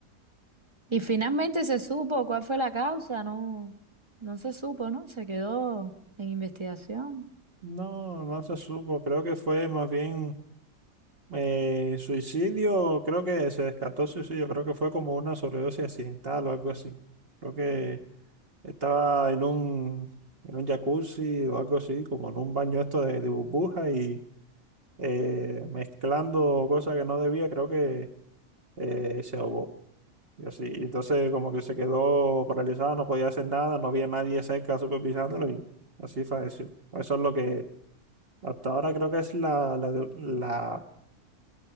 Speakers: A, on the right; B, on the right.
A: Y finalmente se supo cuál fue la causa, no, no se supo, ¿no? Se quedó en investigación.
B: No, no se supo, creo que fue más bien eh, suicidio, creo que se descartó suicidio, creo que fue como una sobredosis accidental o algo así. Creo que Estaba en un, en un jacuzzi o algo así, como en un baño esto de, de burbuja y eh, mezclando cosas que no debía, creo que eh, se ahogó. Y así, entonces como que se quedó paralizada, no podía hacer nada, no había nadie cerca supervisándolo y así falleció. Eso es lo que hasta ahora creo que es la, la, de- la,